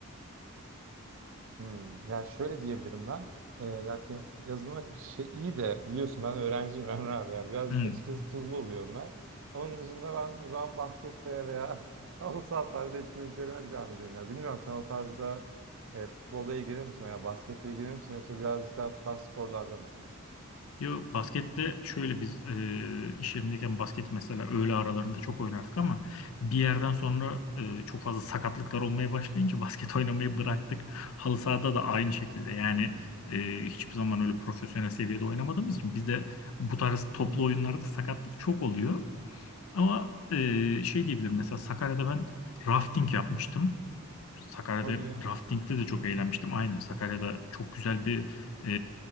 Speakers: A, on the right (about 60°); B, on the left (about 70°).
A: Hmm, ya şöyle diyebilirim ben. Ee, ya te- yazılmak şey iyi de biliyorsun ben öğrenciyim <laughs> Emre abi ya. Birazcık
B: Hı.
A: açıkçası tuzlu oluyor onlar. Onun dışında ben o zaman baskete veya <laughs> halı saha tarzı etkinliklerime devam ediyorum. Ya bilmiyorum sen o tarzda e, futbolda ilgilenir misin veya basketle ilgilenir misin yoksa birazcık daha bu tarz sporlarda mısın?
B: Yo baskette şöyle biz e, iş yerindeyken basket mesela öğle aralarında çok oynardık ama bir yerden sonra e, çok fazla sakatlıklar olmaya başlayınca basket <laughs> oynamayı bıraktık. Halı sahada da aynı şekilde yani
A: Hmm.
B: e, hiçbir zaman öyle profesyonel seviyede oynamadığımız için bizde bu tarz toplu oyunlarda sakatlık çok oluyor. Ama e, şey diyebilirim mesela Sakarya'da ben rafting yapmıştım. Sakarya'da
A: Hadi ya.
B: raftingde de çok eğlenmiştim. Aynen Sakarya'da çok güzel bir e,